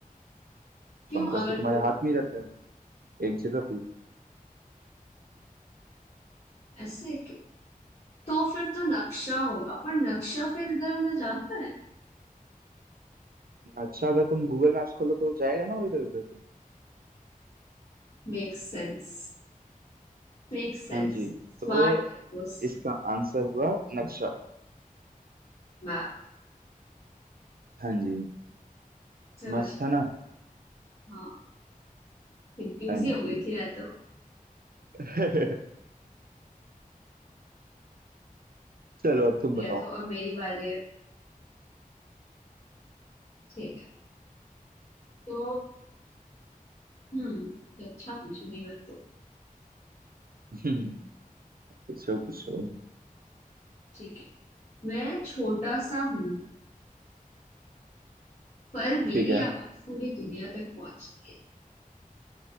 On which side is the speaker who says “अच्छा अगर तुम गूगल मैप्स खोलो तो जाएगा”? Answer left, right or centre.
Right